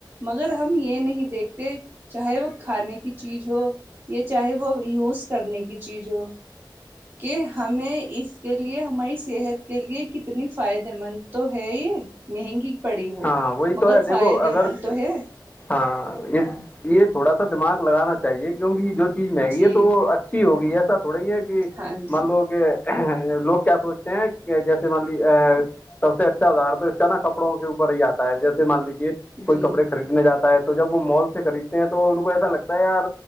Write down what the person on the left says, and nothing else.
ہاں وہی
تو ہے دیکھو
اگر
ہاں یہ یہ تھوڑا سا دماغ لگانا چاہیے کیونکہ جو چیز مہنگی
ہے تو وہ اچھی ہوگی ایسا تھوڑا ہی ہے کہ
مان لو کہ لوگ کیا سوچتے ہیں کہ جیسے مان لی سب سے اچھا گاربیج کا نا کپڑوں کے ہی آتا ہے جیسے مان لیجیے کوئی
کپڑے خرید جاتا ہے تو جب وہ مال سے خریدتے ہیں تو ان کو ایسا لگتا ہے یار